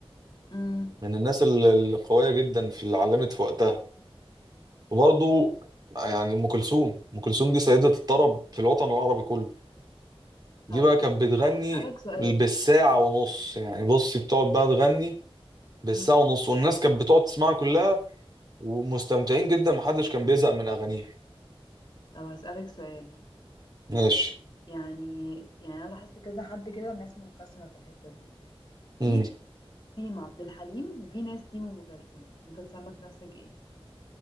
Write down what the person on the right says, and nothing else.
من الناس ال- القويه جدا في اللي علمت في وقتها وبرضو يعني ام كلثوم ام كلثوم دي سيده الطرب في الوطن العربي كله دي
بقى كانت بتغني
بالساعة ونص يعني بصي بتقعد بقى تغني بالساعة
ونص والناس كانت بتقعد تسمعها كلها ومستمتعين جدا محدش كان بيزهق من أغانيها
ماشي
مم.